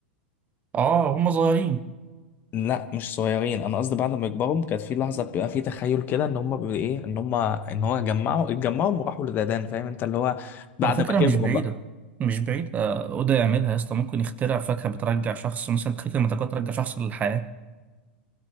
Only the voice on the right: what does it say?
اه هم صغيرين
على فكرة
مش بعيدة
مش بعيدة آه، أودا يعملها يا اسطى ممكن يخترع فاكهة بترجع شخص مثلا تخيل المتكات ترجع شخص للحياة